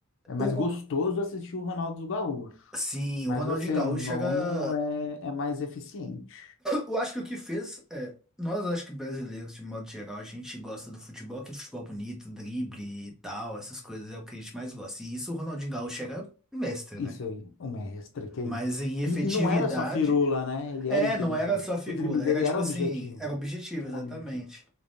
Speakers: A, on the left; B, in the centre.
A: É mais
B: O,
A: gostoso
B: o-
A: assistir o Ronaldo Gaúcho,
B: sim,
A: mas
B: o Ronaldinho
A: o fenômeno
B: Gaúcho era...
A: é, é mais eficiente.
B: Eu acho que o que fez é, nós acho que brasileiros, de modo geral, a gente gosta do futebol, aquele futebol bonito, drible e tal, essas coisas é o que a gente mais gosta. E isso o Ronaldinho Gaúcho era um mestre,
A: Isso
B: né?
A: aí, o mestre, que é
B: Mas
A: isso.
B: em efetividade,
A: E, e não era só firula, né? Ele
B: é,
A: era inteligente.
B: não era só figura,
A: O drible dele
B: era tipo
A: era
B: assim,
A: objetivo.
B: era objetivo,
A: Tinha
B: exatamente.
A: um objetivo.